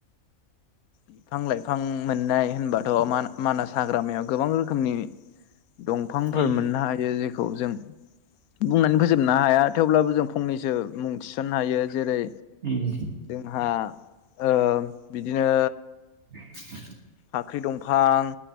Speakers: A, on the left (about 75°); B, on the right (about 50°).
A: बिफां लाइफां मोननाय होनबाथ' मानास हाग्रामायाव गोबां रोखोमनि। दंफांफोर
B: उम
A: मोननो हायो जेखौ जों। बुंनानै फोजोबनो हाया थेवब्लाबो जों फंनैसो मुं थिसननो हायो जेरै।
B: उम
A: जोंहा ओ बिदिनो।
B: <unintelligible>
A: फाख्रि दंफां